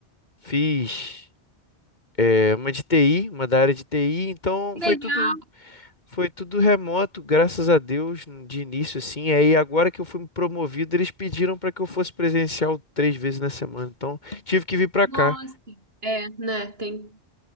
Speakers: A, on the left; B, on the right.
A: Fiz é, uma de TI, uma da área de TI, então
B: que
A: foi
B: legal!
A: tudo. Foi tudo remoto, graças a Deus, de início assim. Aí agora que eu fui promovido, eles pediram para que eu fosse presencial três vezes na semana. Então, tive que vir para
B: Nossa,
A: cá.
B: é, né? Tem,